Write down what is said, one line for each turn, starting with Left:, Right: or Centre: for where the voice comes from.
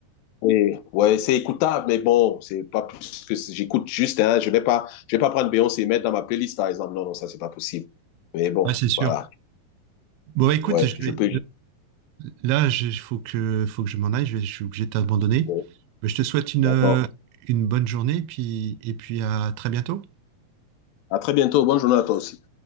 Left: très- ouais, c'est écoutable, mais bon, c'est pas plus que j'écoute juste. Hein, je vais pas. Je vais pas prendre Beyoncé et mettre dans ma playlist, par exemple. Non, non, ça c'est pas possible. Mais bon,
Right: Ouais, c'est sûr.
Left: voilà.
Right: Bon, écoute,
Left: Ouais,
Right: je
Left: je
Right: vais.
Left: peux. juste-
Right: Là, il faut que, faut que je m'en aille, je, vais- je suis obligé de t'abandonner.
Left: Bon,
Right: Mais je te souhaite une,
Left: D'accord.
Right: euh, une bonne journée puis, et puis à très bientôt.
Left: À très bientôt. Bonne journée à toi aussi.